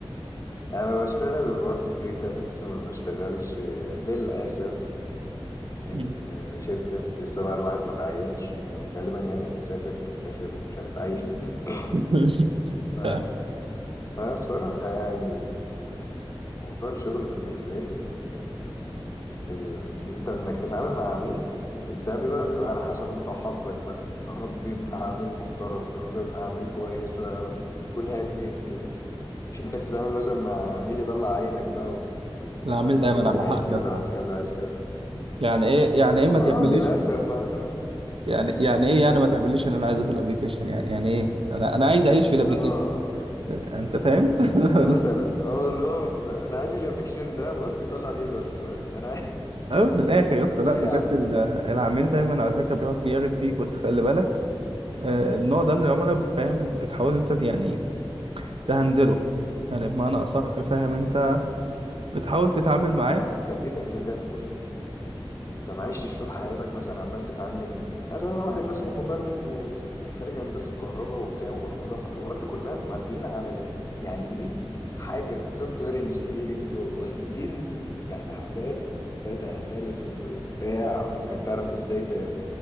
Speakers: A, on the left (about 35°); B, on the right (about 70°).
A: أنا بشتغل برضه فريلانس ما بشتغلش آه، للأسف من
B: مم.
A: آه، شركة لسه بقى الواحد ما تعينش وغالبا يعني هنسافر في الآخر ومش هنتعين <laughs>
B: <laughs>
A: ف...
B: فاهم
A: فالصراحة يعني موضوع الشغل بالنسبة لي آه، ال... ان انت انك تتعامل مع عميل ده بيبقى بيبقى على حسب انت وحظك بقى يا رب يبقى عميل محترم يا رب يبقى عميل كويس ويعرف يكون هاتين كده مش انك تتعامل مثلا مع عميل يطلع عينك بقى وينفخك
B: العميل دايما
A: يقعد يقول لك
B: على
A: عايز
B: حق
A: كذا
B: يا اسطى
A: عايز كذا عايز كذا
B: يعني ايه يعني ايه
A: اه
B: ما تعمليش
A: للاسف هتعمل إيه؟
B: يعني يعني ايه يعني ما تعمليش اللي انا عايزه في الابليكيشن يعني يعني ايه انا انا عايز اعيش في الابليكيشن
A: اه
B: انت فاهم
A: مثلا
B: <laughs>
A: اه لا بس انا عايز الابلكيشن ده بص يطلع ليزر دلوقتي انا عايز-
B: أه، في الاخر يا
A: <laughs>
B: اسطى
A: تقول
B: لا بجد
A: ايه يا عم
B: ال- العميل دايما على فكره بيقعد بيعرف فيك بس خلي بالك آه، النوع ده من العملاء فاهم بتحاول انت يعني تهندله يعني بمعنى أصح فاهم أنت بتحاول تتعامل معاه
A: ما هو انت كده كده بص انت ما عشتش طول حياتك مثلا عمال تتعلم مثلا انا واحد مثلا مبرمج وخارج هندسه كهرباء وبتاع وبرمجه فالحوارات دي كلها معدينا على ميت يعني 100 حاجه سوفت وير انجينيرنج واخدين يعني حاجات داتا اناليسز وبتاع وانك تعرف ازاي ت-